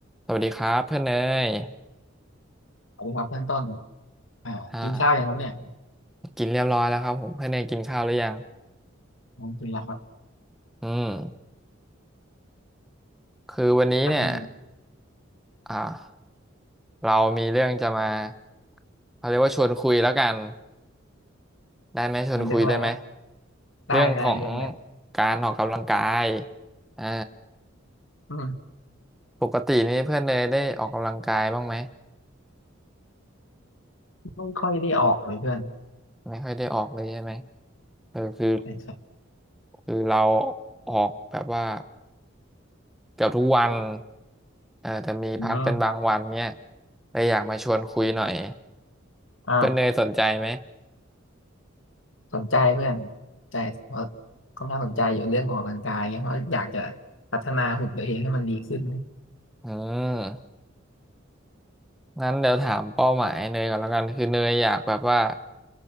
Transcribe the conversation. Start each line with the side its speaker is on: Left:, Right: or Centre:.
Centre: สวัสดีครับเพื่อนเนย
Left: สวัสดีครับเพื่อนต้นอ่ากินข้าวยังครับเนี่ย
Centre: อ่ากินเรียบร้อยแล้วครับผมเพื่อนเนยกินข้าวหรือยัง
Left: ผมกินแล้วครับ
Centre: อืมคือวันนี้เนี่ย
Left: ครับพี่
Centre: อ่าเรามีเรื่องจะมาเขาเรียกว่าชวนคุยแล้วกันได้ไหมชวนคุยได้ไหม
Left: มันเรื่องอะไรครับได้ได้เรื่องอะไร
Centre: เรื่องของการออกกำลังกายอ่า
Left: อืม
Centre: ปกตินี่เพื่อนเนยได้ออกกำลังกายบ้างไหม
Left: ไม่ค่อยได้ออกเลยเพื่อน
Centre: ไม่ค่อยได้ออกเลยใช่ไหมเออคือ
Left: ใช่ครับ
Centre: คือเราออกแบบว่า เกือบทุกวันเออแต่มีพักเป็นบางวันเนี้ย
Left: อืม
Centre: เลยอยากมาชวนคุยหน่อย
Left: อ่า
Centre: เพื่อนเนยสนใจไหม
Left: สนใจเพื่อนใจเพราะค่อนข้างสนใจอยู่เรื่องออกกำลังกายเงี้ยเพราะอยากจะ
Centre: อืม
Left: พัฒนาหุ่นตัวเองให้มันดีขึ้น
Centre: อืมงั้นเดี๋ยวถามเป้าหมายเนยก่อนแล้วกัน คือเนยอยากแบบว่า